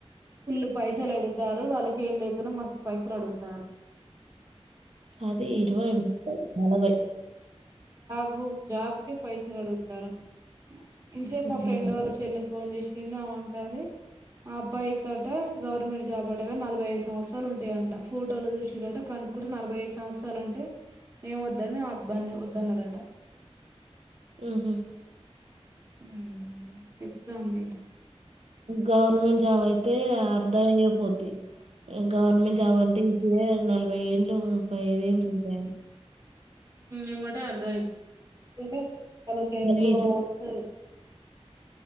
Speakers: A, on the right (about 30°); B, on the right (about 65°).
A: ఫుల్ పైసలు అడుతారు వాళ్ళకి ఏం లేకున్నా మస్తు పైసలు అడుగుతారు
B: అది ఇరువై నలపై
A: ఓ జాబ్క పైస అడుగుతారా ఇంసే
B: హ్మ్.
A: మా ఫ్రెడ్ వాళ్ళ చెల్లు ఫోన్ చేసింది అమంటని ఆ అబ్బాయి గటా గవర్నమెంట్ జాబ్ అట్టగా నలభై ఐదు సంవత్సరాలు ఉంటాయంట ఫోటోలు చూసిారట కనుక్కుడా నలభై ఐదు సంవత్సరాలు అంటే ఏం వద్దని ఆ అబ్బాయిని వద్దనరాట
B: ఆ హుమ్
A: ఉమ్ చెప్తాంది
B: గవర్నమెంట్ జాబ్ అయితే అర్ధ అయ్యపోద్ది గవర్నమెంట్ జాబ్ అంటే ఈజీయ నలభై ఏండ్ళు ముప్పై ఐదు ఏంలు ఉంటాయని
A: ఏ మటా అర్థంయిపోతుంది వాళ్లాకి
B: చదివి
A: ఎప్పుడు
B: స
A: వస్తుంది